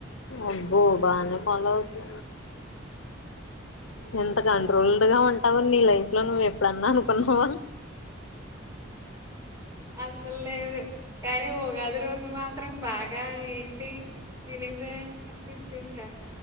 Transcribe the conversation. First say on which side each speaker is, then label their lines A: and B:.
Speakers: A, on the left; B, on the right.
A: అబ్బో బానే ఫల్లోవవతు నిన్ కంట్రోల్డ్ గా ఉంటావున్నీ లైఫ్ ఇట్ల నువ్వు ఎప్పుడన్నా అనుకున్నావా
B: అస్సల్లేదు కానీ ఉగాది రోజు మాత్రం బాగా ఏంటి తినేసేను అనిపించిందా